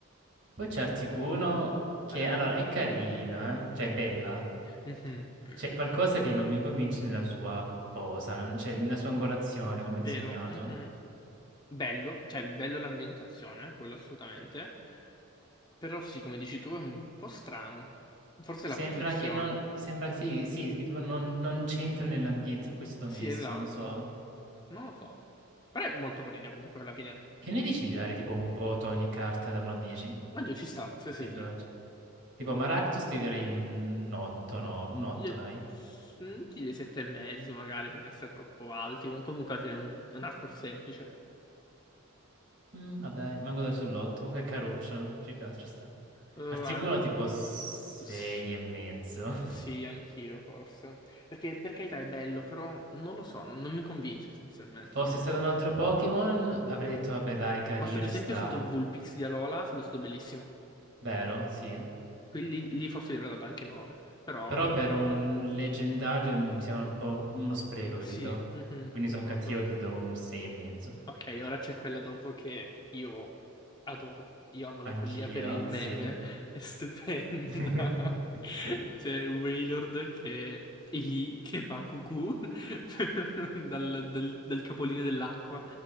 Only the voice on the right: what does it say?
Poi c'è Articuno che,
allora, è carina, eh, Cioè è bella.
C'è qualcosa che non mi convince nella sua posa, non- cioè nella sua angolazione, come è
disegnato.
Sembra
che non, sembra che sì, sì, che tipo non, non c'entra nell'ambiente in cui è stato
messo,
non lo so.
Che ne dici di dare
tipo un voto a ogni carta da 1 a 10?
Così
veloce.
Tipo Maractus ti direi un 8, no, un 8
dai.
Mm, vabbè, dai, rimango da sull'8, comunque è caruccio, ci piace, ci sta.
Articuno
tipo 6
e mezzo. <laughs>
Fosse
stato un altro Pokémon, avrei detto vabbè dai, carino,
ci
sta.
Vero? Sì.
Però per un leggendario mi sembra un po' uno spreco, capito?
Quindi
sono cattivo, gli do un 6 e mezzo.
Anch'io,
sì.
<laughs>